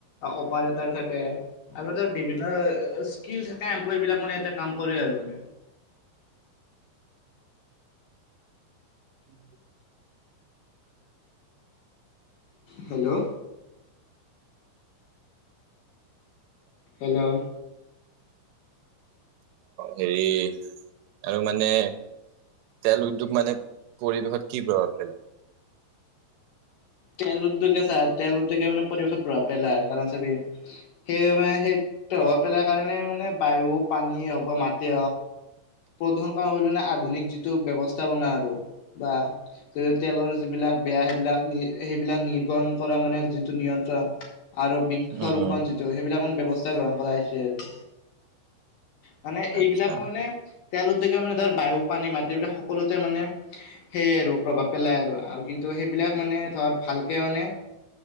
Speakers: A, on the left; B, on the right.
A: অপাৰেটৰ থাকে আৰু ই বিভিন্ন স্কিল থাকে এমপ্লয় বিলাক মে ই কাম কৰে আৰু মানে
B: উম
A: হেল্ল', হেল্ল',
B: হেৰি আৰু মানে তেল উদ্যোগ মানে পৰিৱেশত কি প্ৰভাৱ পেলাই
A: তেল উদ্যোগে চা তেল উদ্যোগে মানে পৰিৱেশত প্ৰভাৱ পেলাই চি সেই মানে সেই প্ৰভাৱ পেলাৰ কাৰণে মানে বায়ু পানীয়ে হওক বা মাটি প্ৰদন কৰা আধুনিক যিটো ব্যৱস্থাপনা আৰু বা য তেলৰ যিবিলাক বেয়া সেইবিলাক নি সেইবিলাক নিৰ্গণ কৰা মানে নিয়ন্ত্ৰণ আৰু বৃক্ষৰূপোন
B: উম, উম,
A: যিটো সেইবিলাক ব্যয়ৱস্থা গ্ৰহণ কৰা হৈছে আৰু মানে
B: আচ্ছা,
A: এইবিলাক
B: আচ্ছা,
A: মানে তেল উদ্যগে মানে ধাৰ বায়ু পানী মাটি বিলাক সকলোতে মানে সেয় আৰু প্ৰভাৱ পেলাই আৰু কিন্তু তো সেইবিলাক মানে ধৰ ভালকৈ মানে